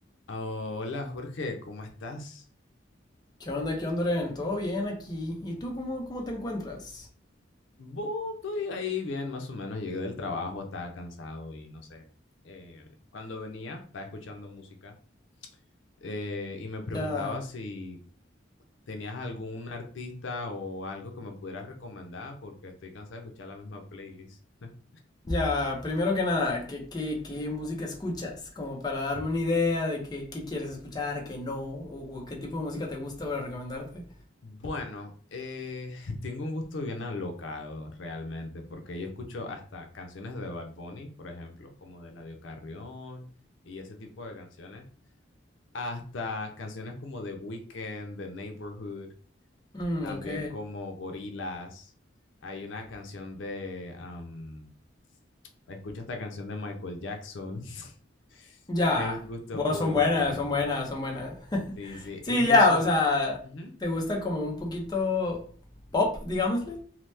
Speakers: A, on the left; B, on the left.
A: Ah, Hola Jorge, ¿cómo estás?
B: ¿Qué onda, qué onda, Oren? ¿Todo bien aquí? ¿Y tú cómo, cómo te encuentras?
A: Bu, estoy ahí bien, más o menos. Llegué del trabajo, estaba cansado y no sé. Eh, cuando venía, estaba escuchando música eh, y me preguntaba
B: Ya,
A: si tenías algún artista o algo que me pudieras recomendar porque estoy cansado de escuchar la misma playlist. <laughs>
B: ya, primero que nada, ¿qué, qué, qué música escuchas? Como para darme una idea de qué, qué quieres escuchar, qué no, o, o qué tipo de música te gusta para recomendarte.
A: Bueno, eh, tengo un gusto bien alocado realmente, porque yo escucho hasta canciones de Bad Bunny, por ejemplo, como de Eladio Carrión y ese tipo de canciones. hasta canciones como The Weeknd, The Neighborhood,
B: Mm,
A: también
B: ok.
A: como Gorillaz. Hay una canción de, am, escucha esta canción de Michael Jackson. <laughs>
B: Ya.
A: Es un gusto
B: Bueno,
A: muy
B: son buenas,
A: variado.
B: son buenas, son buenas. <laughs>
A: Sí, sí.
B: Sí,
A: Incluso,
B: ya, o sea,
A: ujú,
B: ¿te gusta como un poquito pop, digámosle?